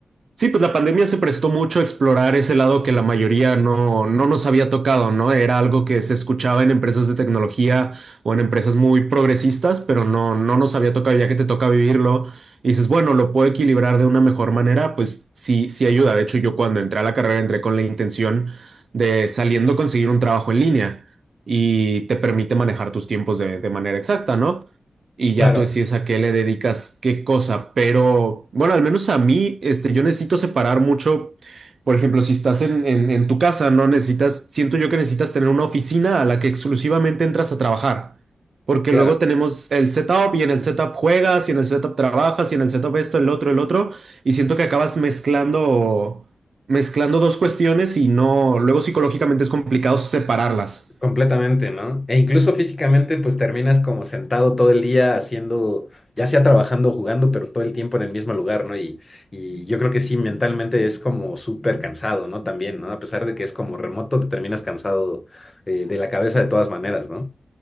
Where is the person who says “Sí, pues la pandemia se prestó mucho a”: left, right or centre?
Right